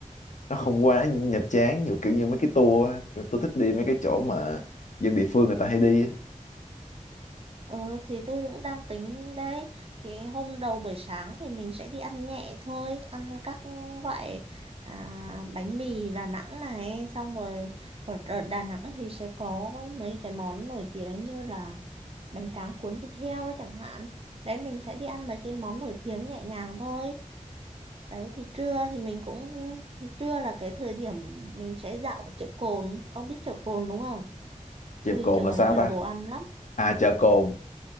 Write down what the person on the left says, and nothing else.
nó không quá nhập chán nhiều kiểu như mấy cái tour á. kiểu tôi thích đi mấy cái chỗ mà dân địa phương người ta hay đi á.
Chèo cồn
là
sao
ta
à chợ cồn